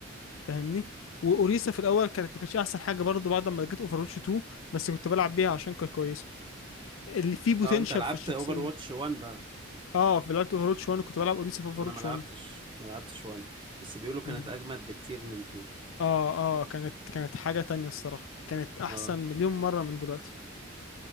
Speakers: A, on the left (about 85°); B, on the right (about 25°).
A: فاهمني واوريسا في الاول كانت ما كانتش احسن حاجه برضه بعد ما جت اوفروتش 2 بس كنت بلعب بيها عشان كانت كويسه اللي فيه بوتنشال
B: اه اه انت لعبت
A: في الشخصيه
B: اوفر واتش 1 بقى
A: اه في لعبه اوفروتش 1 كنت بلعب اوريسا في اوفروتش
B: انا ما لعبتش
A: 1
B: ما لعبتش 1 بس بيقولوا كانت
A: مم.
B: اجمد بكتير من 2
A: اه اه كانت كانت حاجه تانية الصراحه كانت احسن
B: اه
A: مليون مره من دلوقتي